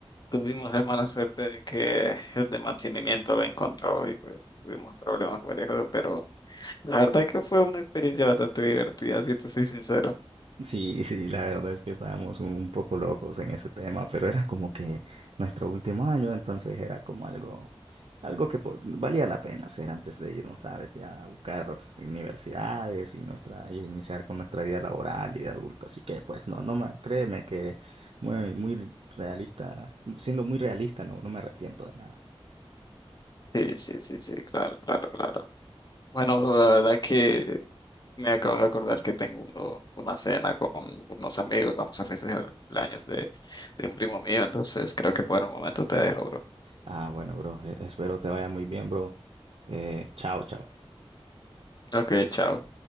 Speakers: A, on the left; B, on the right.
A: tuvimos la mala suerte de que el de mantenimiento lo encontró y pues tuvimos problemas por eso, pero la verdad que fue una experiencia bastante divertida, si te soy sincero.
B: Sí, sí, la verdad es que estábamos un poco locos en ese tema, pero era como que nuestro último año, entonces era como algo, algo que po- valía la pena hacer antes de irnos, ¿sabes? Ya a buscar universidades y nuestra, y iniciar con nuestra vida laboral y de adulto. Así que pues no, no me, créeme que muy, muy realista, siendo muy realista, no, no me arrepiento de nada.
A: Sí, sí, sí, sí, claro, claro, claro. Bueno, bro, la verdad que me acabo de acordar que tengo uno- una cena con unos amigos, vamos a festejar el cumpleaños de, de un primo mío, entonces creo que por el momento te dejo, bro.
B: Ah, bueno, bro, e- espero te vaya muy bien, bro. Eh, chao, chao.
A: Ok, chao.